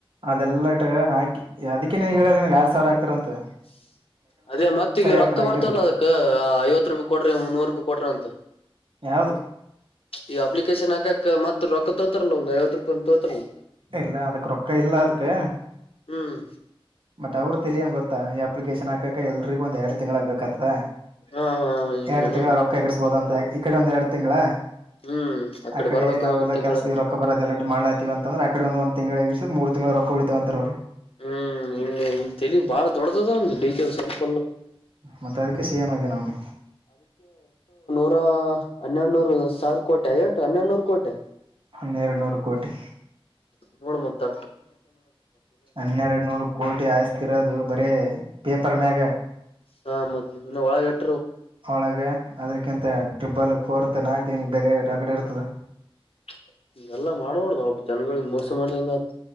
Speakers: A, on the right (about 60°); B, on the left (about 75°).
A: ಅದೆಲ್ಲ ಹಾಕಿ ಅದಕ್ಕೆ ನಿನಗ ಹೇಳ್ಯಾರ ಆರ್ ಸಾವಿರ ಹಾಕ್ತಾರ್ ಅಂತ
B: <unintelligible> ಅದೇ ಮತ್ತ ಈಗ ರೊಕ್ಕ
A: ಆಗ್ತಾನ ಹಾಕಿದ್ರಿ
B: ಬರ್ತವಲ್ಲ ಅದಕ್ಕ ಐವತ್ತು ರೂಪಾಯಿ ಕೊಡ್ರಿ ಮುನ್ನೂರು ರೂಪಾಯಿ ಕೊಡ್ರಿ ಅಂತ
A: ಯಾರ್
B: ಈ ಅಪ್ಲಿಕೇಶನ್ ಹಾಕಕ್ ಮತ್ ರೊಕ್ಕ ತೊತಾರಲ್ಲ ಒಂದ್ ಐವತ್ ರೂಪಾಯಿ ತೋತಾರಲ
A: ಇಲ್ಲ ಅದಕ್ ರೊಕ್ಕ ಇಲ್ಲ ಅದಕ್ಕೆ
B: ಹ್ಮ್
A: ಬಟ್ ಅವರು ತಲಿಯೆನ್ ಗೊತ್ತಾ ಈ ಅಪ್ಲಿಕೇಶನ್ ಹಾಕಕ ಎಲ್ರಿಗು ಒಂದ್ ಎರಡ್ ತಿಂಗಳಾ ಬೇಕತದ
B: ಹಾ ಹಾ ಹಿಂಗನ
A: ಎರಡು ತಿಂಗಳ ರೊಕ್ಕ ಎಗರ್ಸ್ಬೋದ ಅಂತ ಈ ಕಡೆ ಒಂದ ಎರಡು ತಿಂಗ್ಗಳ
B: ಹ್ಮ್
A: ಆ ಕಡೆ
B: ಬರ್ಬೇಕ
A: ನಾವೆಲ್ಲಾ
B: ಒಂದ್ ತಿಂಗಳ
A: ಕೆಲ್ಸ ಇವ ರೊಕ್ಕ ಬರದ್ ಎಲ್ಲ ಮಾಡ್ಲಾತಿವಿ ಅಂತಂದ್ರೆ ಆಕಡೆ ಒಂದೊಂದ್ <unintelligible> ಮೂರು ತಿಂಗಳ ರೊಕ್ಕ ಉಳಿತಾವ ಅಂತರ ಅವರು
B: ಹ್ಮ್ ಇ ತಲಿ ಬಾಳ ದೊಡ್ಡದ ಅವ್ನದ್ದು <unintelligible> ಸ್ವಲ್ಪ
A: ಮತ್ತ್ ಅದಕ್ಕೆ ಸಿ ಎಮ್ ಆಗೆನ್ ಅವ್ನು
B: <unintelligible> ಹನ್ನೆರ್ಡನೂರು ಸಾವಿರ ಕೋಟೆ ಏಟು ಹನ್ನೆರ್ಡನೂರು ಕೋಟೆ
A: ಹನ್ನೆರ್ಡ ನೂರು ಕೋಟಿ
B: ನೋಡು ಮತ್ತ್
A: ಹನ್ನೆರಡ್ ನೂರು ಕೋಟಿ ಆಸ್ತಿ ಇರೋದು
B: <unintelligible>
A: ಬರೇ ಪೇಪರ್ ಮ್ಯಾಗ
B: ಹ ಮತ್ತ್ <unintelligible>
A: ಒಳಗೆ ಅದ್ರಕ್ಕಿಂತ ಟ್ರಿಬಲ್ ಪೋರ್ತ <unintelligible> ಬೇಗ <unintelligible> ಇರ್ತದ್
B: <unintelligible> ಎಲ್ಲಾ ಮಾಡ್ಬಾರ್ದೊ <unintelligible> ಜನಗಳಿಗೆ ಮೋಸ ಮಾಡಂಗ <unintelligible>